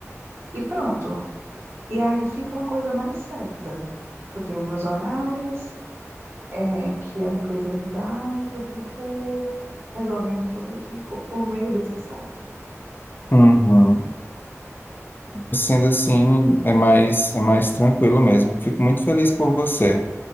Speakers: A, on the right; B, on the left.
A: e pronto. E aí fica uma coisa mais certa. Eu tenho meus horários, é, que a empresa me dá e eu fico resolvendo tudo aqui por por meio desse site.
B: uhum. Sendo assim, é mais, é mais tranquilo mesmo. Fico muito feliz por você.